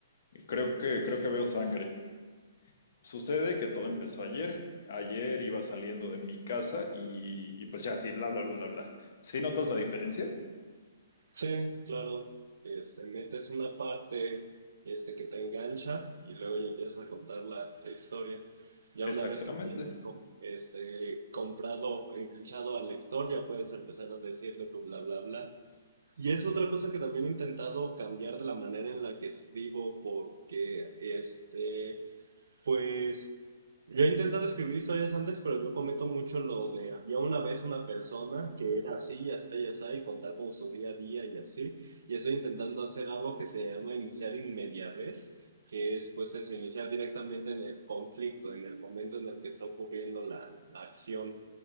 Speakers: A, on the left (about 45°); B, on the right (about 70°).
A: y Creo que, creo que veo sangre. Sucede que todo empezó ayer. Ayer iba saliendo de mi casa y, y pues ya, sí, bla, bla, bla, bla, bla. ¿Sí notas la diferencia?
B: Sí, claro. Este, metes una parte este, que te engancha y luego ya empiezas a contar la, la historia. Ya
A: Exactamente.
B: una vez que tienes com- este, comprado, enganchado al lector, ya puedes empezar a decirle tu bla bla bla. Y es otra cosa que también he intentado cambiar de la manera en la que escribo, porque este, pues yo he intentado escribir historias antes, pero yo cometo mucho lo de había una vez una persona que era así, y así, y así, y contar con su día a día y así. Y estoy intentando hacer algo que se llama iniciar in media res, que es pues eso, iniciar directamente en el conflicto, en el momento en el que está ocurriendo la, la acción.